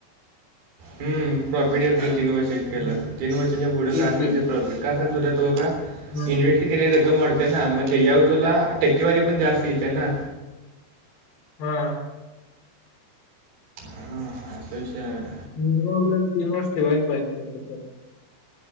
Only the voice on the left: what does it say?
हम्म.
तेच
की.
हम्म.
हा
मिनिमम आपल्याला तीन वर्ष ठेवायच पाहिजे त्या